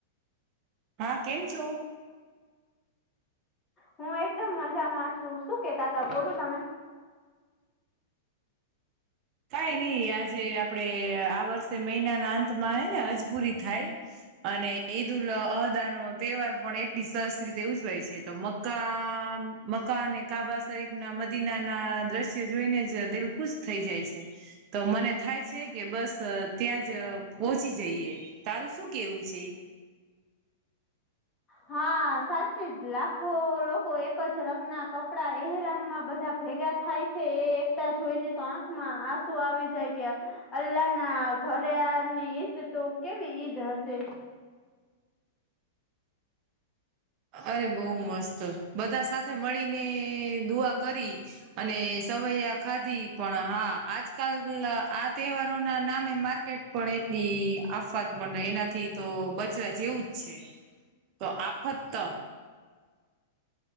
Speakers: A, on the right; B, on the left.
A: હા, કેમ છો?
B: હું એકદમ મજામાં છું, શું કેતા હતા બોલો તમે?
A: કઈ નહી, આજે આપણે આ વર્ષે મહિનાના અંતમાં હજ પૂરી થાય. અને ઈદ ઉલ અહદા નો તહેવાર પણ એટલી સરસ રીતે ઉજવાય છે તો ક મકાને કાબા શરીફ ના મદીના ના દ્રશ્ય જોઈને જ દિલ ખુશ થઈ જાય છે તો મને થાય છે કે બસ ત્યાં જ પહોંચી જઈએ તારું શું કેવું છે
B: હા સાચી જ લાખો લોકો એક જ રંગના કપડા એરામમાં બધા ભેગા થાય છે એ એકતા જોઈને તો આંખમાં આંસુ આવી જાય કે અલ્લાહ ના ઘરેની ઈદ તો કેવી ઈદ હશે
A: અરે બઉ મસ્ત બધા સાથે મળીને દુઆ કરી અને સવૈયા ખાધી પણ હા આજકાલ આ તહેવારો ના નામે માર્કેટ પણ એની આફત પણ એનાથી તો બચવા જેવું જ છે તો આફત્ત